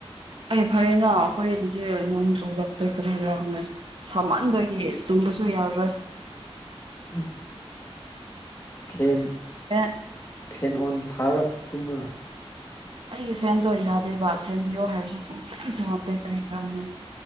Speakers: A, on the right; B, on the left.
A: ꯑꯩ ꯐꯔꯌꯦꯅ ꯑꯩꯈꯣꯏ ꯑꯗꯨꯗꯤ ꯅꯣꯡ ꯆꯗꯛꯇ ꯀꯔꯤ ꯌꯥꯅ ꯁꯥꯃꯟꯕꯒꯤ ꯑꯗꯨꯝ ꯁꯨ ꯌꯥꯔꯣꯏ
B: ꯎꯝ ꯍꯦꯟ
A: ꯑ
B: ꯑꯦꯦꯟ ꯑꯣꯟ ꯊꯥꯔꯒ ꯇꯨꯝꯕꯅꯨ
A: ꯑꯩꯒꯤ ꯐꯦꯟꯗꯣ ꯌꯥꯗꯦꯕ ꯁꯦꯝꯕꯤꯌꯣ ꯍꯥꯏꯔꯁꯨ ꯁꯨꯡ ꯁ ꯁꯉꯞꯇꯦ ꯀꯔꯤ ꯀꯔꯥꯅꯦ